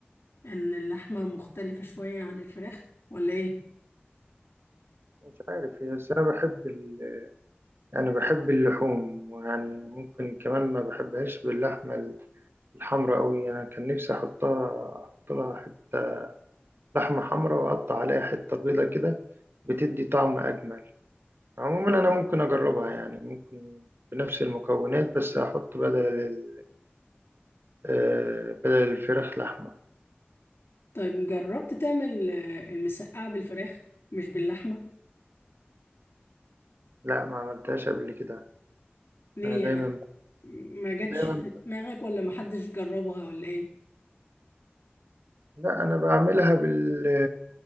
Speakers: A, on the left; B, on the right.
A: ان اللحمه مختلفه شويه عن الفراخ ولا ايه؟
B: مش عارف هي بس انا بحب ال... يعني بحب اللحوم ويعني ممكن كمان ما بحبهاش باللحمه الحمراء قوي انا كان نفسي احطها احط لها حته لحمه حمراء واقطع عليها حته بيضه كده بتدي طعم اجمل عموما انا ممكن اجربها يعني ممكن بنفس المكونات بس احط بدل ال... آه، بدل الفراخ لحمه
A: طيب جربت تعمل آه، المسقعه بالفراخ مش باللحمه؟
B: لا ما عملتهاش قبل كده
A: ليه
B: انا دايما
A: يعني؟ ما جاتش
B: دايما
A: في دماغك ولا ما حدش جربها ولا ايه؟
B: لا انا بعملها بال